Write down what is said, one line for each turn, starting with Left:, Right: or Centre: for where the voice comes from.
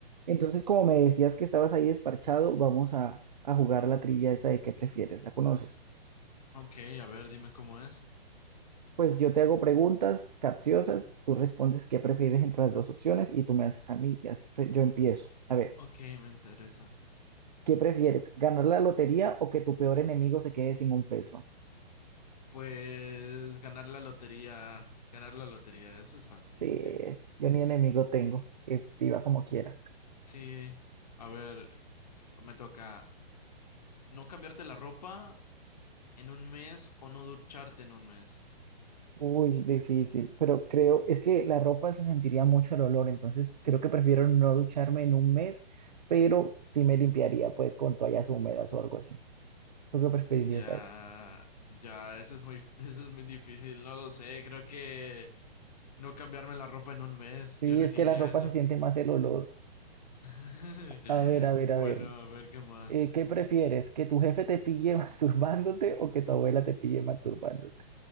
Right: Entonces, como me decías que estabas ahí desparchado, vamos a, a jugar la trivia esa de qué prefieres, ¿la conoces?
Left: Ok, a ver, dime cómo es.
Right: Pues yo te hago preguntas capciosas, tú respondes qué prefieres entre las dos opciones y tú me haces a mí y así pues, yo empiezo. A ver,
Left: Ok, me interesa.
Right: ¿qué prefieres? ¿Ganar la lotería o que tu peor enemigo se quede sin un peso?
Left: Pues ganar la lotería, ganar la lotería, eso es fácil,
Right: Sí,
Left: sí, sí.
Right: yo ni enemigo tengo, que viva como quiera.
Left: Sí, a ver, me toca no cambiarte la ropa en un mes o no ducharte en un mes.
Right: Uy, difícil, pero creo, es que la ropa se sentiría mucho el olor, entonces creo que prefiero no ducharme en un mes, pero sí me limpiaría pues con toallas húmedas o algo así. ¿Tú qué preferirías
Left: Ya,
Right: ahí?
Left: ya, eso es muy, <laughs> eso es muy difícil, no lo sé, creo que no cambiarme la ropa en un mes,
Right: Sí,
Left: yo elegiría
Right: es que la ropa
Left: eso.
Right: se siente más el olor.
Left: <laughs>
Right: A ver, a ver,
Left: Bueno,
Right: a ver.
Left: a ver qué más.
Right: eh, ¿qué prefieres? ¿Que tu jefe te pille <laughs> masturbándote o que tu abuela te pille masturbándote?